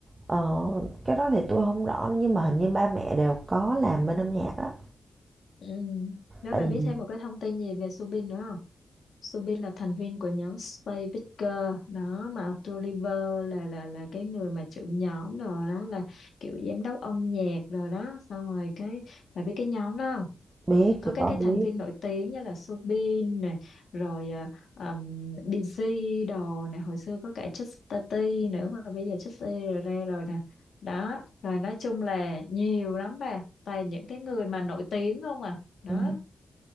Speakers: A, on the right (about 35°); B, on the left (about 75°).
A: Ờ, cái đó thì tôi không rõ nhưng mà hình như ba mẹ đều có làm bên âm nhạc á.
B: Ừ. Nếu
A: Tại
B: bà biết
A: vì
B: thêm một cái thông tin gì về Subin nữa không? Subin là thành viên của nhóm Space Picker đó mà Oliver là là là cái người mà trưởng nhóm rồi đó là kiểu giám đốc âm nhạc rồi đó xong rồi cái bà biết cái nhóm đó không?
A: biết,
B: Có
A: tôi
B: các
A: có
B: cái thành
A: biết.
B: viên nổi tiếng như là Subin này rồi uh, um, Busy đồ này hồi xưa có cả Justin T nữa mà bây giờ Justin rồi ra rồi nè đó rồi nói chung là nhiều lắm bà toàn những cái người mà nổi tiếng không à đó
A: Ừ,